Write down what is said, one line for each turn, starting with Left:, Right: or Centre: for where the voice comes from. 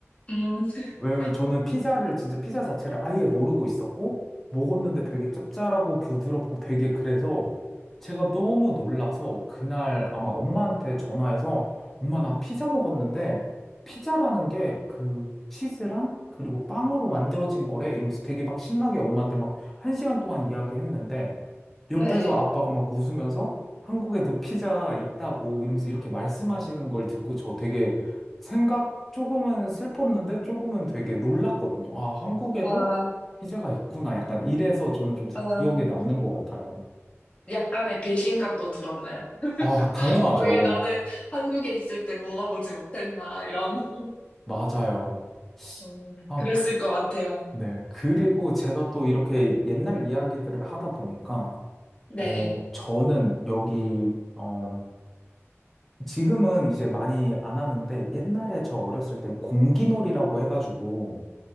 Left: 음, <laughs>
Centre: 왜냐면 저는 피자를 진짜 피자 자체를 아예 모르고 있었고 먹었는데 되게 짭짤하고 부드럽고 되게 그래서 제가 너무 놀라서 그날 아마 엄마한테 전화해서 엄마 나 피자 먹었는데 피자라는 게 그 치즈랑 그리고 빵으로 만들어진 거래 이러면서 되게 막 신나게 엄마한테 막 한 시간 동안 이야기했는데 옆에서
Left: 네.
Centre: 아빠가 막 웃으면서 한국에도 피자 있다고 이러면서 이렇게 말씀하시는 걸 듣고 저 되게 생각 조금은 슬펐는데 조금은 되게 놀랐거든요. 아, 한국에도
Left: 아,
Centre: 피자가 있구나. 약간 이래서 저는 좀
Left: 아.
Centre: 기억에 남는 것 같아요.
Left: 약간의 배신감도 들었나요?
Centre: 아, 당연하죠.
Left: <laughs> 왜 나는 한국에 있을 때 먹어보지 못했나, 이런.
Centre: 맞아요.
Left: 음,
Centre: 아,
Left: 그랬을
Centre: 그,
Left: 것 같아요.
Centre: 네. 그리고 제가 또 이렇게 옛날 이야기들을 하다 보니까,
Left: 네.
Centre: 어, 저는 여기, 어, 지금은 이제 많이 안 하는데, 옛날에 저 어렸을 땐 공기놀이라고 해가지고,